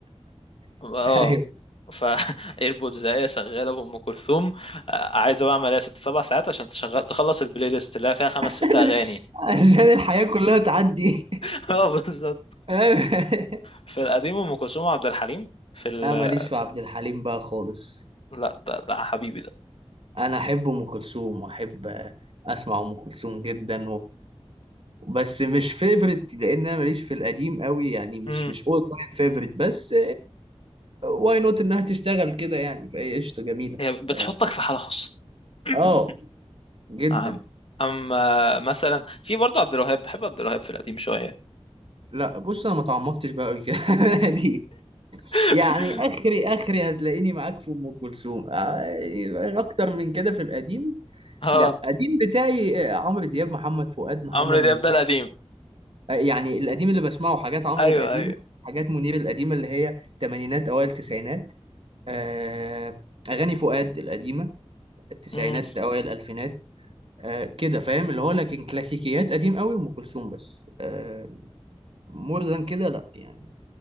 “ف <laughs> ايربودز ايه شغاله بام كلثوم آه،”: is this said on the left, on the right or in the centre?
Left